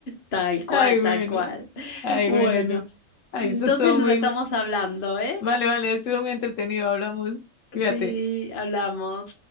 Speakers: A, on the left (about 45°); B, on the left (about 75°).
A: tal cual,
B: Ay, bueno.
A: tal cual.
B: Ay,
A: Bueno,
B: bueno, Luz. Ay,
A: entonces
B: eso estuvo
A: nos
B: muy,
A: estamos hablando, ¿eh?
B: vale, vale, estuvo muy entretenido. Hablamos. Fíjate.
A: Sí, hablamos.